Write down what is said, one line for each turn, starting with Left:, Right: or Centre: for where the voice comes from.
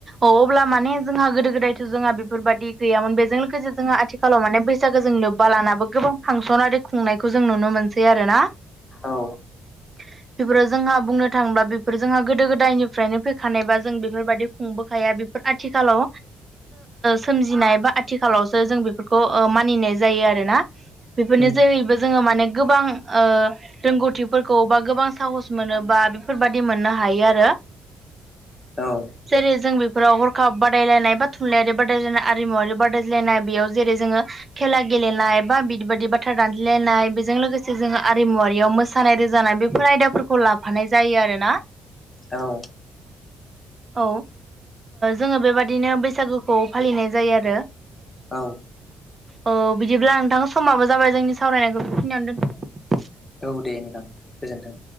Right: अब्ला माने जोंहा गोदो गोदायथ' जोंहा बेफोरबादि गैयामोन बेजों लोगोसे जोंहा आथिखालाव माने बैसागो जों लोब बा लानाबो गोबां फांसन आरि खुंनायखौ जों नुनो मोनसै आरोना
Left: औ।
Right: <inaudible> <unintelligible> बेफोराव जोंहा बुंनो थाङोब्ला बेफोर जोंहा गोदो गोदायनिफ्रायनो फैखानायबा जों बेफोरबायदि खुंबोखाया बेफोर आथिखालाव सोमजिनाय बा आथिखालावसो जों बेफोरखौ ओ मानिनाय जायो आरो ना बेफोरनि
Left: उम
Right: जेहैबो माने गोबां रोंगौथिफोरखौ बा गोबां साहस मोनोबा बेफोरबायदि मोननो हायो। आरो
Left: औ
Right: जेरै जों बे फोराव हरखाब बादायलायनाय बा थुनलाइयारि बादायलायनाय आरिमुवारि बादायलायनाय बेयाव जेरै जोङो खेला गेले गेलेनाय एबा बिदि बादि बाथ्रा दान दान्थेलायनाय बेजों लोगोसे जों आरिमुवारियाव मोसानाय रोजाबनाय बेफोर आयदाफोरखौ लाफानाय जायो आरोना
Left: औ।
Right: औ जोङो बेबादिनो बैसागुखौ फालिनाय जायो। आरो
Left: औ।
Right: औ बिदिब्ला नोंथां समाबो जाबाय जोंनि सावरायनायखौ बेखिनियावनो दोनथ'बाय
Left: औ दे नोंथां गोजोन्थों।